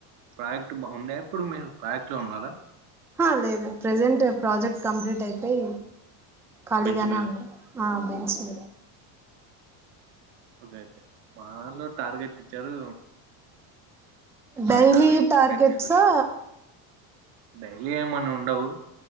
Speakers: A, on the right; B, in the centre.
A: ప్రాజెక్ట్ బా ఉండే ఎప్పుడు మీరు ప్రాజెక్ట్ లో ఉన్నారా.
B: ఆహ్ లేదు ప్రజెంట్ ప్రాజెక్ట్ కంప్లీట్ అయిపోయి. ఖాళీగానే
A: బెంచ్
B: ఉన్న ఆహ్ బెంచ్. ఉమ్
A: ఒకేే మానలో టార్గెట్ ఇచ్చారు.
B: డైలీ
A: ఆ టార్గెట్
B: టార్గెట్సా
A: కంప్లీట్ చేయాలి డైలీ ఏమన్నా ఉండవు